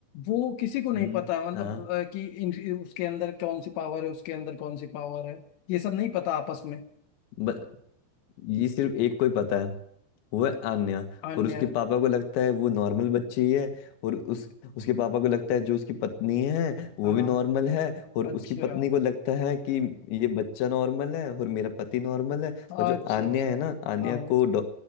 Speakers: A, on the left; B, on the left.
A: वो किसी को नहीं
B: हम्म,
A: पता मतलब
B: हाँ
A: अ, कि इन, उसके अंदर कौन सी पावर है उसके अंदर कौन सी पावर है ये सब नहीं पता आपस में
B: ब- ये सिर्फ एक को ही पता है वो है आन्या
A: अन्य
B: और उसके पापा को लगता है वो नॉर्मल बच्ची ही है और उस उसके पापा को लगता है जो उसकी पत्नी है वो
A: हाँ
B: भी नॉर्मल है और
A: अच्छा
B: उसकी पत्नी को लगता है कि ये बच्चा नॉर्मल है और मेरा पति नॉर्मल है पर
A: अच्छा
B: जो आन्या
A: अच्छा
B: है ना आन्या
A: हाँ
B: को डॉ-